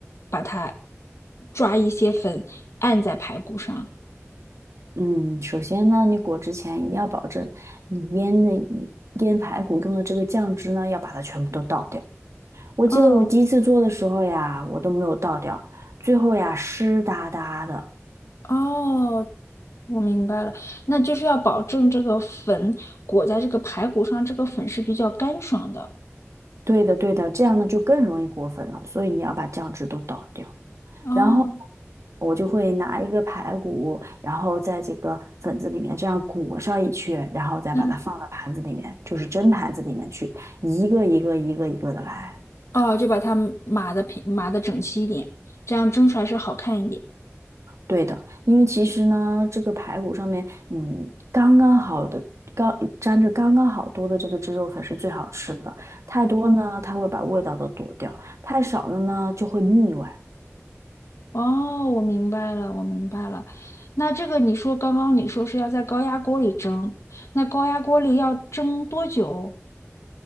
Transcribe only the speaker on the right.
嗯，首先呢，你裹之前一定要保证你腌的腌排骨用的这个酱汁呢，要把它全部都倒掉。我记得我第一次做的时候呀，
我都没有倒掉，最后呀湿哒哒的。
对的，对的，这样呢就更容易裹粉了，所以你要把酱汁都倒掉。
然后我就会拿一个排骨，然后在这个粉子里面这样裹上一圈，然后再把它放到盘子里面，
就是蒸盘子里面去，一个一个一个一个的来。
对的，因为其实呢，这个排骨上面，嗯，刚刚好的，刚沾着刚刚好多的这个汁肉粉是最好吃的。太多呢，它会把味道都躲掉；太少了呢，就会腻歪。